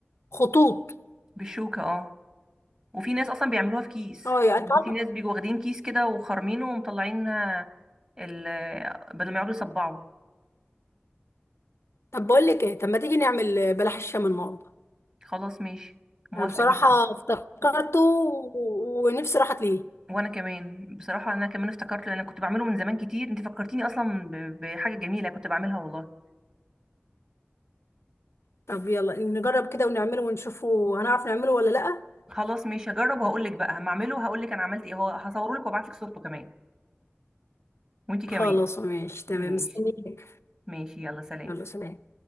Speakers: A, on the left; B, on the right.
A: خطوط
B: بالشوكة اه وفي ناس اصلا بيعملوها في كيس
A: اه يا
B: يعني
A: انت عارفه
B: في ناس بيجوا واخدين كيس كده وخارمينه ومطلعين آه، ال آه، بدل ما يقعدوا يصبعوا
A: طب بقول لك ايه طب ما تيجي نعمل بلح الشام النهارده
B: خلاص ماشي موافقة
A: انا بصراحه
B: جدا
A: افتكرته و- ونفسي راحت ليه
B: وانا كمان بصراحة انا كمان افتكرت لان انا كنت بعمله من زمان كتير انت فكرتيني اصلا ب- بحاجة جميلة كنت بعملها والله
A: طب يلا نجرب كده ونعمله ونشوفه هنعرف نعمله ولا لا
B: خلاص ماشي هجرب وهقول لك بقى هما اعمله هقول لك انا عملت ايه هو هصوره لك وابعت لك صورته كمان وانت كمان
A: خلاص ماشي تمام
B: ماشي
A: مستنيك
B: ماشي يلا سلام
A: يلا سلام